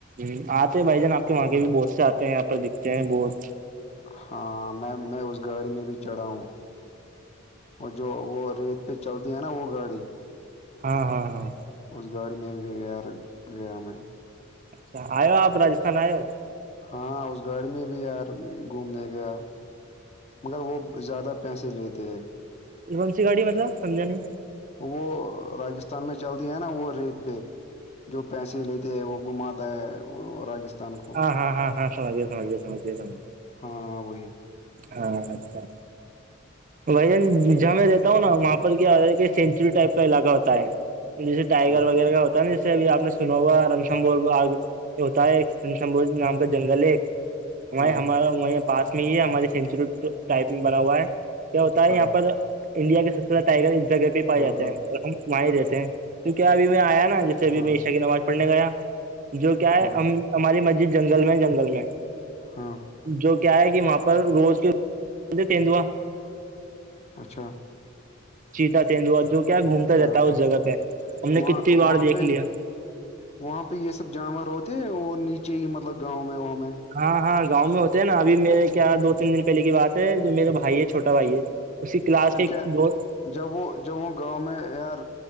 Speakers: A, on the right; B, on the left.
A: ہ آتے بھائی جان آپ کے وہاں کے بھی بہت سے آتے ہیں آاں پ دکھتے ہیں بہت
B: ہاں میں میں اس گاڑی میں بھی چڑھا ہوں اور جو وہ ریت پہ چلتی ہے نا وہ گاڑی
A: ہاں ہاں ہاں
B: اس گاڑی میں یار گ م میں
A: اچھا آ ہو آپ رجستھان آ ہو
B: ہاں اس گاڑی میں بھی یار گھومنے گیا مگر وہ زیادہ پیسے لیتے ہیں
A: کون سی گاڑی مطلب سمجا نہیں
B: وہ راجستھان میں چلتی ہے نا وہ ریت پہ جو پیسے لیتے ہے وہ گھماتا ہے وہ راجستھان کو
A: ہاں ہاں ہاں ہاں سمجھے سمجھے سمجھے سمجھے
B: ہاں وہی
A: ہاں اچھا وہھ جہاں میں رہتا ہوں نا وہاں پر کیا سینچری ٹائپ کا علاقہ ہوتا ہے جیسے
B: اچھا
A: ٹائیگر وغیرہ کا ہوتا نا جیسے ابھی آپ نے سنا ہوا رنسم بولاگ ہوتا ہے ایک سن سنبوج نام کا جنگل ہے ایک وہ
B: ہاں
A: ہمارا وہ پاس میں ہی ہے ہمارے سینچی ٹائپنگ بنا ہوا ہے کیا ہوتا ہے
B: ہاں
A: یہاں پر انڈیا کے سب سے زیادہ ٹائگر اس جگہ پہ پ
B: ہاں
A: جاتے
B: ہاں
A: ہیں اور ہم ماہ رہتے ہیں تو کیا ابھی میں آیا نا جیسےبھی
B: ہاں
A: میں عشا کی نماز پڑنے گیا جو کیا ہے
B: ہاں
A: ہم ہماری مسجد جنگل میں جنگل میں
B: ہاں
A: جو کیا ہے کہ وہاں پر روز کی تدوا
B: اچھا
A: چیتا تیندوا جو کیا گھومتا
B: ہاں
A: رہتا ہے
B: ہاں
A: اس جگہ پہ ہم نے
B: وہاں
A: کتنی بار
B: وہاں
A: دیکھ
B: پہ
A: لیا
B: وہاں پہ یہ سب جانور ہوتے ہیں اور نیچے ہی مطلب گاؤں میں وہاں میں
A: ہاں ہاں گاؤں میں ہوتے ہیں نا ابھی میرے کیا دو تین دن پہلے کی بات ہے جو میرے بھائی ہے چھوٹا بھائی ہے اسی کلاس
B: پھر
A: کے
B: کیا
A: دو
B: جب وہ جب وہ گاؤں میں یار